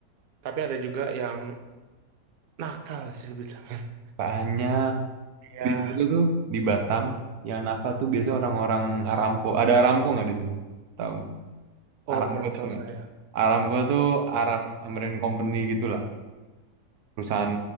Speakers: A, on the right; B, on the right.
A: tapi ada juga yang nakal sih bisa <laughs>
B: Banyak.
A: ya
B: Di situ tuh di Batam yang nakal tuh biasanya orang-orang Aramco. Ada Aramco nggak di situ? Tahu nggak? Aramco
A: oh kurang
B: tuh
A: tahu
B: nggak?
A: saya
B: Aramco tuh Arab American Company gitulah, perusahaan